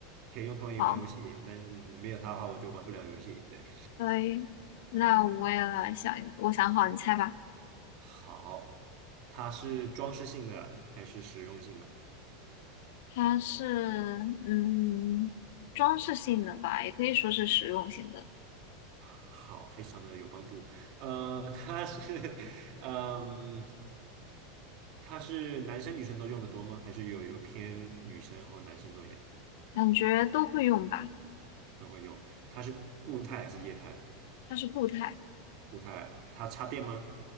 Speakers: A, on the right (about 55°); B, on the left (about 70°).
A: 可以用投影仪玩游戏，
B: 好，
A: 但没有它的话，我就玩不了游戏。对，
B: 所以那我也来想一个，我想好，你猜吧。
A: 好，它是装饰性的还是实用性的？
B: 它是嗯装饰性的吧，也可以说是实用性的，
A: <laughs> 好，非常的有帮助。呃，它是，<laughs> 嗯，它是男生女生都用的多吗？还是有有偏女生或男生多一点
B: 感觉都会用吧。
A: 都会用？它是固态还是液态？
B: 它是固态，
A: 固态，它插电吗？